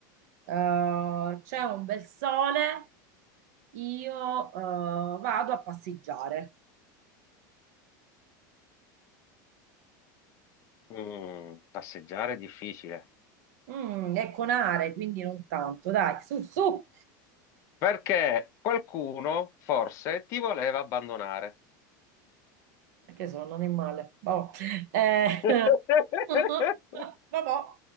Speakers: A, on the right; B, on the left.
A: eh, c'è un bel sole, io eh, vado a passeggiare.
B: Mm, passeggiare è difficile.
A: Mm, è con are, quindi non tanto, dai, su, su.
B: Perché qualcuno forse ti voleva abbandonare.
A: Perché sono un animale. Vabbò. Eh,
B: <laughs>
A: <laughs> vabbò.